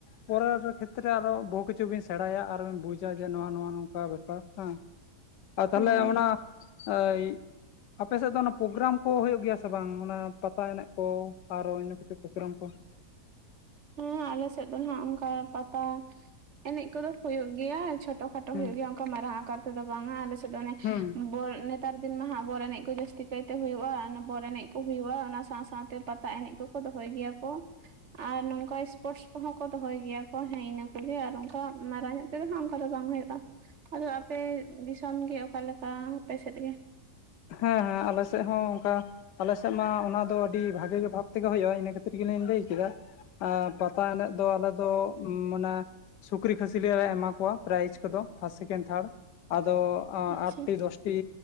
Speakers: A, on the left; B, on the right.
A: ᱯᱚᱨᱮᱨ ᱠᱷᱮᱛᱨᱮ ᱟᱨᱚ ᱵᱚᱦᱩ ᱠᱤᱪᱷᱩ ᱵᱱ ᱥᱮᱬᱟᱭᱟ ᱟᱨᱚᱵᱤᱱ ᱵᱩᱡᱟ ᱡᱮ ᱱᱚᱣᱟ ᱱᱚᱣᱟ ᱱᱚᱝᱠᱟ ᱵᱮᱯᱟᱨ ᱦᱮᱸ ᱟᱨ ᱛᱟᱦᱚᱞᱮ
B: ᱦᱳᱭ
A: ᱚᱱᱟ ᱮᱼᱼ ᱟᱯᱮᱥᱮᱫ ᱫᱚ ᱚᱱᱟ ᱯᱨᱳᱜᱨᱟᱢ ᱠᱚ ᱦᱩᱭᱩᱜ ᱜᱮᱭᱟ ᱥᱮ ᱵᱟᱝ ᱯᱟᱛᱟ ᱮᱱᱮᱡ ᱠᱚ ᱟᱨᱚ ᱱ ᱠᱤᱪᱷᱩ ᱯᱨᱳᱜᱨᱟᱢ ᱠᱚᱼᱼ
B: ᱦᱮᱸ ᱟᱞᱮᱥᱮᱫ ᱫᱚ ᱜ ᱚᱱᱠᱟ ᱯᱟᱛᱟ ᱮᱱᱮᱡ ᱠᱚᱫᱚ ᱦᱩᱭᱩᱜ ᱜᱮᱭᱟ ᱪᱷᱴᱚᱼᱼ ᱠᱷᱟᱴᱚ
A: ᱦᱩᱸ
B: ᱦᱩᱭᱩᱜ ᱜᱮᱭᱟ ᱚᱱᱠᱟ ᱢᱟᱨᱟᱝ ᱟᱠᱟᱨ ᱛᱮᱫᱚ ᱵᱟᱝᱟ ᱟᱞᱮᱥᱮᱫ ᱫᱚ ᱚᱱᱮ
A: ᱦᱩᱸ
B: ᱵᱞᱼᱼ ᱱᱮᱛᱟᱨ ᱫᱤᱱ ᱢᱟ ᱦᱟᱜ ᱵᱚᱞ ᱮᱱᱮᱡ ᱠᱚ ᱡᱟᱹᱥᱛᱤ ᱠᱟᱭᱛᱮ ᱦᱩᱭᱩᱜᱼᱟ ᱵᱚᱞ ᱮᱱᱮᱡ ᱠᱚ ᱦᱩᱭᱩᱜᱼᱟ ᱚᱱᱟ ᱥᱟᱶ ᱥᱟᱶ ᱛᱮᱼᱼ ᱯᱟᱛᱟ ᱮᱱᱮᱡ ᱠᱚᱠᱚ ᱫᱚᱦᱚᱭ ᱜᱮᱭᱟ ᱠᱚ ᱟᱨ ᱱᱚᱝᱠᱟ ᱥᱯᱳᱨᱴᱥ ᱠᱚᱦᱚᱸ ᱠᱚ ᱫᱚᱦᱚᱭ ᱜᱮᱭᱟ᱾ ᱚ ᱦᱮᱸ ᱤᱱᱟᱹ ᱠᱚᱜᱮ ᱟᱨ ᱚᱱᱠᱟ ᱢᱟᱨᱟᱝ ᱧᱚᱜ ᱛᱮᱫᱚ ᱦᱟᱜ ᱚᱱᱠᱟ ᱫᱚ ᱵᱟᱝ ᱦᱩᱭᱩᱜᱼᱟ᱾ ᱟᱫᱚ ᱟᱯᱮ ᱫᱤᱥᱚᱢ ᱜᱮ ᱚᱠᱟᱞᱮᱠᱟ ᱟᱯᱮ ᱥᱮᱫ ᱜᱮ?
A: ᱦᱮᱸ ᱦᱮᱸ ᱟᱞᱮ ᱥᱮᱫ ᱦᱚᱸ ᱚᱱᱠᱟ᱾ ᱟᱞᱮᱥᱮᱫ ᱢᱟ ᱚᱱᱟ ᱫᱚ ᱟᱹᱰᱤ ᱵᱷᱟᱜᱤ ᱵᱷᱟᱵ ᱛᱮᱜᱮ ᱦᱩᱭᱩᱜᱳᱜᱼᱟ ᱤᱱᱟᱹ ᱠᱷᱟᱹᱛᱤᱨ ᱜᱮᱞᱤᱧ ᱞᱟᱹᱭ ᱠᱮᱫᱟ᱾ ᱟᱻ ᱯᱟᱛᱟ ᱮᱱᱮᱡ ᱫᱚ ᱟᱞᱮ ᱫᱚ. ᱢᱟᱱᱮ ᱥᱩᱠᱨᱤ ᱠᱷᱟᱹᱥᱤ ᱞᱮ ᱮᱢᱟ ᱠᱚᱣᱟ ᱯᱮᱨᱟᱹᱭᱤᱡᱽ ᱠᱚᱫᱚ ᱯᱷᱟᱥ ᱥᱮᱠᱮᱱ ᱛᱷᱟᱰ ᱟᱫᱚᱼᱼ ᱟ
B: ᱟᱪᱪᱷᱟ
A: ᱟᱴᱚᱴᱤ ᱫᱚᱥᱴᱤ